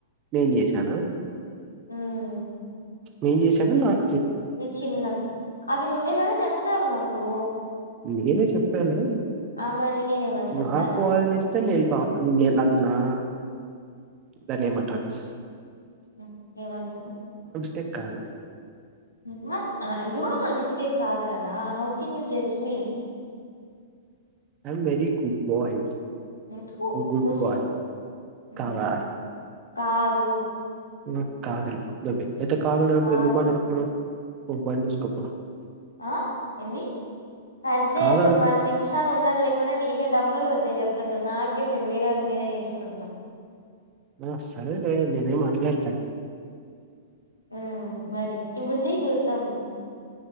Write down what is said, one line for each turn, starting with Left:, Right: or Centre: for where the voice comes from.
Right: నేన్ చేశానా
Left: ఉమ్
Right: నేన్ చేశానా లేక్
Left: నీ చిన్నవ్ అవి నువ్వే గదా చెప్తవ్ నాకు
Right: నేనె చెప్పాను
Left: ఆ మరి నేనేమన్నా చెప్పానా
Right: నాకాల్ చేస్తే నే తాప్ నేన్ అది నా దన్నేమంటారు
Left: ఉ ఏమంటరు
Right: తెక్కాల
Left: ఉ మరి అ ఏదీ గుడ నా మిస్టేక్ కాదు గదా how can you judge me
Right: I'm very good boy
Left: థూ
Right: గుడ్డ్
Left: మూసుకో
Right: బాయ్
Left: ఉమ్,
Right: కాదా
Left: కాదు
Right: ఊ కాదన్ దొబ్బెయ్ లేపోతే కాదన్నప్పుడు
Left: కాదు
Right: ఎందుకు మాట్లాడుతున్నవ్ నీ పన్ చూస్కపో
Left: అ ఎంది కట్ చేయదు
Right: కాదన్
Left: పద్ నిమ్షాలు ఉండాల్ లేక్ప్ పోతే నీకే డబ్బుల్ పోతయ్ చెప్తున్న నాకేం నేను వేరోళ్కైనా చేస్కుంట
Right: అ సరేలే నెనేం అడగన్
Left: ఆ మరి ఇప్పుడు చేయి చూద్దం